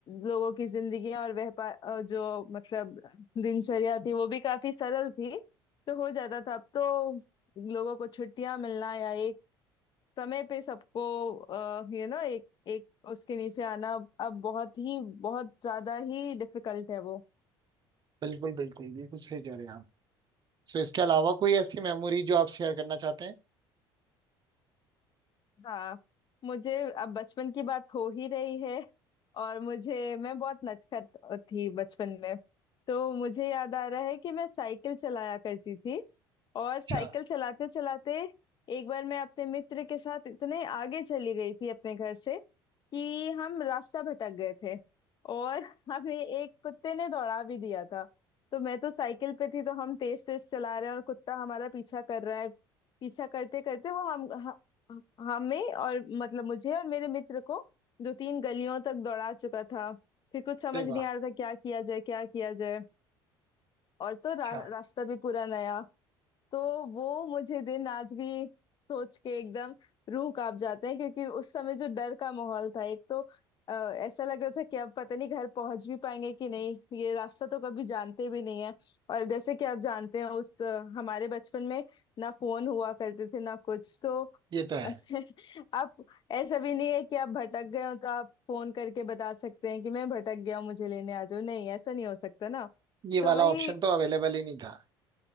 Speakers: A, on the left; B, on the right.
A: लोगों की जिंदगी और व्यापार अ, जो मतलब दिनचर्या थी वो भी काफी सरल थी तो हो जाता था अब तो लोगों को छुट्टियां मिलना या एक समय पे सबको यू नो एक एक उसके नीचे आना अब बहुत ही बहुत ज्यादा ही डिफिकल्ट है वो
B: बिल्कुल बिल्कुल बिल्कुल सही कह रहे हैं आप सो इसके अलावा कोई ऐसी मेमोरी जो आप शेयर करना चाहते हैं
A: हाँ मुझे अब बचपन की बात हो ही रही है और मुझे मैं बहुत नटखट थी बचपन में तो मुझे याद आ रहा है कि मैं साइकिल चलाया करती थी और
B: अच्छा
A: साइकिल चलाते चलाते एक बार मैं अपने मित्र के साथ इतने आगे चली गई थी अपने घर से कि हम रास्ता भटक गए थे और <laughs> हमें एक कुत्ते ने दौड़ा भी दिया था तो मैं तो साइकिल पे थी तो हम तेज तेज चला रहे हैं और कुत्ता हमारा पीछा कर रहा है पीछा करते करते वो हम ह- ह- हमें और मतलब मुझे और मेरे मित्र को दो तीन गलियों तक दौड़ा चुका था फिर कुछ समझ
B: अरे वाह
A: नहीं आ रहा था क्या किया जाए क्या किया जाए और तो रा,
B: अच्छा
A: रास्ता भी पूरा नया तो वो मुझे दिन आज भी सोच के एकदम रूह कांप जाते हैं क्योंकि उस समय जो डर का माहौल था एक तो अ, ऐसा लग रहा था कि अब पता नहीं घर पहुंच भी पाएंगे कि नहीं ये रास्ता तो कभी जानते भी नहीं है और जैसे कि आप जानते हैं उस अ, हमारे बचपन में ना फोन हुआ करते थे ना कुछ तो
B: ये तो है
A: <laughs> आप ऐसा भी नहीं है कि आप भटक गए हो तो आप फोन करके बता सकते हैं कि मैं भटक गया हूँ मुझे लेने आ जाओ नहीं ऐसा नहीं हो सकता ना
B: ये
A: तो
B: वाला
A: वही
B: ऑप्शन तो अवेलेबल ही नहीं था